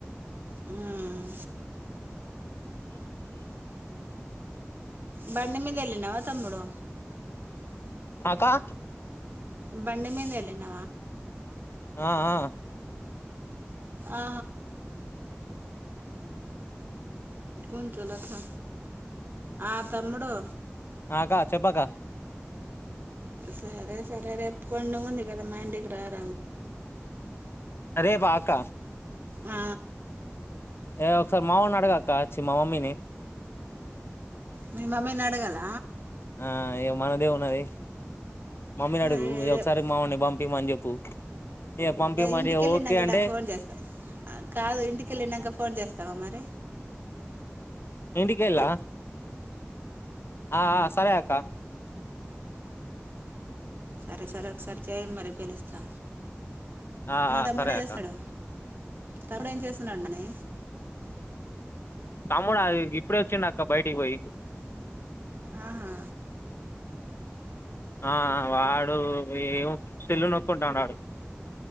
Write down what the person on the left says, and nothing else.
అక్కా
ఆ ఆ
ఆ అక్క చెప్పక
రేప అక్క
ఏ ఒకసారి మామ నీ అడుగు అక్క చి మా మమ్మీని
ఆ ఇ మనదే ఉన్నది మమ్మీని
అడుగు
ఒకసారి మామల్ని పంపియా అని చెప్పు ఏ పంపిమంట
ఓకే అంట
ఇంటిికలా ఆ సరే అక్క
ఆ
ఆ
సరే
అక్క
తమ్ముడా అది ఇప్పుడే వచ్చిండ అక్క బయటికి పోయి
ఆ వాడు ఏమో సెల్లు నొక్కుకుంటాడు